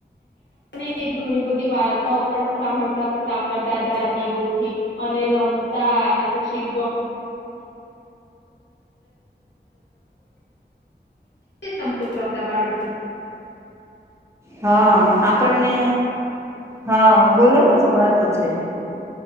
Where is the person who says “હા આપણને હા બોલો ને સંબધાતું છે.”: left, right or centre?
Right